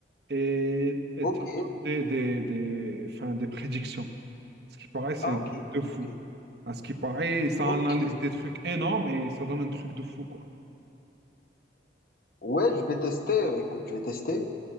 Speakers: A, on the right (about 60°); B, on the left (about 50°).
A: et, et
B: ok.
A: te donne des, des, des, enfin, des prédictions. Ce qui paraît, c'est
B: Ah,
A: un
B: ok,
A: truc de fou.
B: ok,
A: À ce qui paraît, ça
B: ok.
A: analyse des trucs énormes et ça donne un truc de fou, quoi.
B: Ouais, je vais tester. Euh, Écoute, je vais tester.